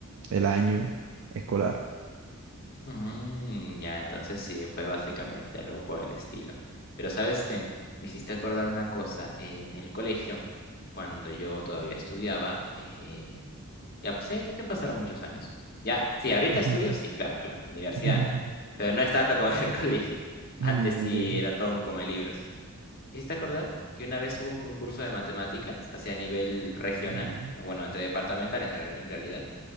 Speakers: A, on the right; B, on the left.
A: el año escolar.
B: Mm, ya, entonces sí, fue básicamente algo por el estilo. Pero ¿sabes qué? Me hiciste acordar una cosa. eh, en el colegio, cuando yo todavía estudiaba, eh, ya, pues, eh, ya pasaron muchos años. Ya, sí, ahorita
A: Ujú.
B: estudio, sí, claro, claro, universidad,
A: <laughs> Y
B: ¿no?
A: ya.
B: Pero no es tanto como el <laughs> colegio.
A: Ujú.
B: Antes sí
A: Ok.
B: era todo un come libros. Me hiciste acordar que una vez hubo un concurso de matemáticas hacia nivel regional,
A: Ujú,
B: bueno, entre departamental en, tra- en realidad.